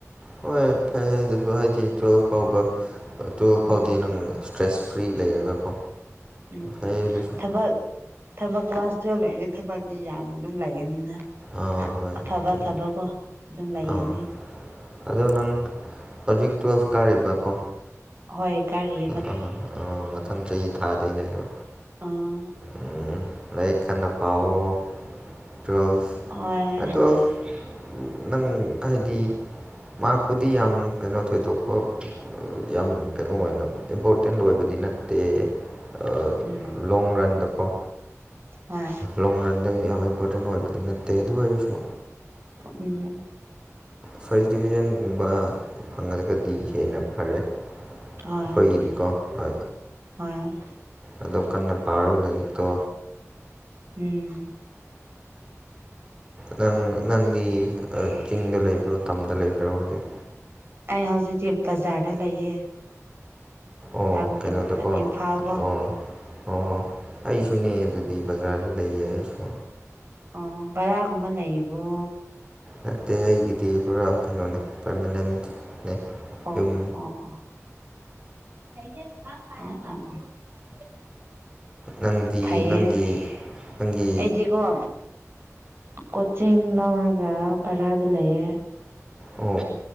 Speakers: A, on the right; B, on the right.
A: ꯍꯣꯏ ꯐꯩꯌꯦ ꯑꯗꯨꯁꯨ ꯍꯥꯏꯗꯤ ꯇꯨꯋꯦꯜꯐ ꯐꯥꯎꯕ ꯑ ꯇꯨꯌꯦꯜꯐ ꯐꯥꯎꯗꯤ
B: ꯎꯝ
A: ꯅꯪ ꯏꯁ꯭ꯇ꯭ꯔꯦꯁ ꯐ꯭ꯔꯤ ꯂꯩꯔꯒꯀꯣ
B: ꯎꯝ
A: ꯐꯩꯌꯦ ꯑꯗꯨꯁꯨꯨ
B: ꯊꯕꯛ ꯊꯕꯛ ꯀ꯭ꯂꯥꯁ ꯇꯨꯌꯦꯜꯞ ꯂꯣꯏꯔꯗꯤ ꯊꯕꯛꯇꯤ ꯌꯥꯝꯅ ꯑꯗꯨꯝ ꯂꯩꯒꯅꯤꯅ꯫
A: ꯑꯥ ꯍꯣꯏ
B: ꯑꯐꯕ
A: ꯍꯣꯏ ꯆꯨꯝꯃꯦ
B: ꯊꯕꯛꯀꯣ ꯑꯗꯨꯝ ꯂꯩꯒꯅꯤ꯫
A: ꯑꯥ ꯑꯗꯣ ꯅꯪ ꯍꯧꯖꯤꯛ ꯇꯨꯋꯦꯜꯐ ꯀꯥꯔꯤꯕꯀꯣ꯫
B: ꯍꯣꯏ ꯀꯥꯔꯤ
A: ꯑ ꯑꯥ ꯑꯥ ꯃꯊꯪ ꯆꯍꯤ ꯊꯥꯗꯣꯏꯅꯦꯕ
B: ꯑꯥ
A: ꯎꯝ ꯂꯥꯏꯔꯤꯛ ꯀꯟꯅ ꯄꯥꯋꯣ꯫ ꯇꯨꯋꯦꯜꯐ
B: ꯍꯣꯏ
A: ꯑ ꯇꯨꯋꯦꯜꯐ ꯅꯪ ꯍꯥꯏꯗꯤ ꯃꯥꯛꯄꯨꯗꯤ ꯌꯥꯝ ꯀꯩꯅꯣ ꯊꯣꯏꯗꯣꯛꯄ ꯌꯥꯝ ꯀꯩꯅꯣ ꯑꯣꯏꯅ ꯏꯝꯄꯣꯔꯇꯦꯟ ꯑꯣꯏꯕꯗꯤ ꯅꯠ ꯇꯦ ꯑ
B: ꯎꯝ
A: ꯂꯣꯡ ꯔꯟꯗꯀꯣ
B: ꯍꯣꯏ
A: ꯂꯣꯡ ꯔꯟꯗ ꯌꯥꯝ ꯏꯝꯄꯣꯔꯇꯦꯟ ꯑꯣꯏꯕꯗꯤ ꯅꯠꯇꯦ ꯑꯗꯨ ꯑꯣꯏꯔꯁꯨ
B: ꯎꯝ
A: ꯐꯥ꯭ꯔꯁ ꯗꯤꯚꯤꯖꯟꯒꯨꯝꯕ ꯐꯪꯉꯒꯗꯤ ꯍꯦꯟꯅ ꯐꯔꯦ꯫ ꯑꯩꯈꯣꯏꯒꯤꯗꯤꯀꯣ
B: ꯍꯣꯏ
A: ꯍꯣꯏ
B: ꯍꯣꯏ
A: ꯑꯗꯣ ꯀꯟꯅ ꯄꯥꯔꯣ ꯂꯥꯏꯔꯤꯛꯇꯣ꯫
B: ꯏꯤ
A: ꯅꯪ ꯅꯪꯗꯤ ꯑ ꯆꯤꯡꯗ ꯂꯩꯕ꯭ꯔꯣ ꯇꯝꯗ ꯂꯩꯕ꯭ꯔꯣ ꯍꯧꯖꯤꯛ꯫
B: ꯑꯩ ꯍꯧꯖꯤꯛꯇꯤ ꯕꯖꯥꯔꯗ ꯂꯩꯌꯦ꯫
A: ꯑꯣ
B: ꯇꯝꯒꯤ
A: ꯀꯩꯅꯣꯗꯀꯣ
B: ꯕꯖꯥꯔ ꯏꯝꯐꯥꯜꯀꯣ
A: ꯑꯣ ꯑꯣ ꯑꯩꯁꯨꯅꯦ ꯑꯗꯨꯗꯤ ꯕꯖꯥꯔꯗ ꯂꯩꯌꯦ ꯑꯩꯁꯨ
B: ꯑꯣ ꯕꯔꯥꯒꯨꯝꯕ ꯂꯩꯕ꯭ꯔꯣ꯫
A: ꯅꯠꯇꯦ ꯑꯩꯒꯤꯗꯤ ꯄꯨꯔꯥ ꯀꯩꯅꯣꯅꯦ ꯄꯔꯃꯦꯅꯦꯟꯠꯅꯦ
B: ꯑꯣ
A: ꯌꯨꯝ
B: ꯑꯣ ꯑꯣ ꯑꯣ ꯑꯣ ꯑꯣ <unintelligible>
A: ꯅꯪꯗꯤ
B: ꯐꯩꯌꯦ
A: ꯅꯪꯒꯤ ꯅꯪꯒꯤ
B: ꯑꯩꯗꯤꯀꯣ ꯀꯣꯆꯤꯡ ꯂꯧꯔꯒ ꯚꯔꯥꯗ ꯂꯩꯌꯦ꯫
A: ꯑꯣ